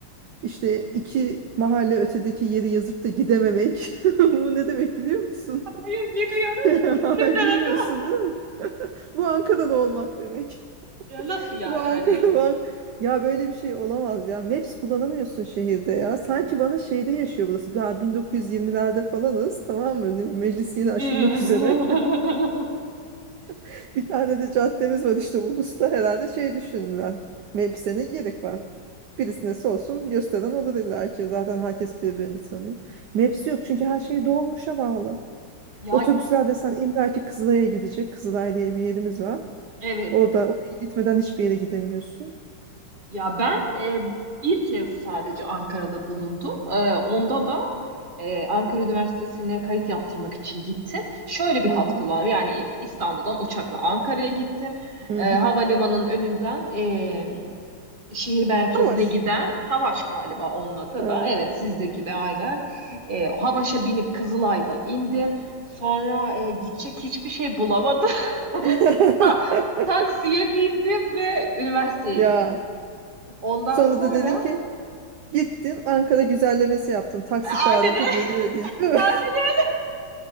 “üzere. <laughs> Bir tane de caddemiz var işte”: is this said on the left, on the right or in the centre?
Right